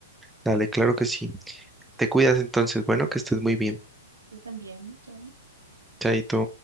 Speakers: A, in the centre; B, on the right.
A: Dale, claro que sí. Te cuidas entonces. Bueno, que estés muy bien.
B: Tú también. Chao.
A: Chaito.